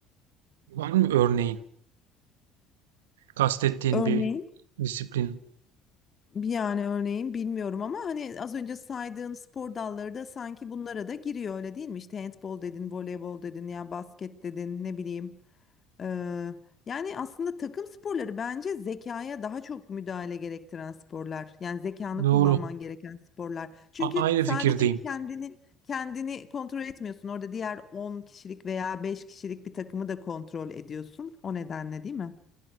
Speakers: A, on the right; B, on the left.
A: Var mı örneğin kastettiğin
B: Örneğin
A: bir disiplin?
B: Yani örneğin bilmiyorum ama hani az önce saydığın spor dalları da sanki bunlara da giriyor öyle değil mi? İşte handbol dedin, voleybol dedin, ya basket dedin, ne bileyim. Ee, yani aslında takım sporları bence zekaya daha çok müdahale gerektiren sporlar. Yani zekanı
A: Doğru.
B: kullanman gereken sporlar. Çünkü
A: A- aynı fikirdeyim.
B: sadece kendini kendini kontrol etmiyorsun. Orada diğer 10 kişilik veya 5 kişilik bir takımı da kontrol ediyorsun. O nedenle değil mi?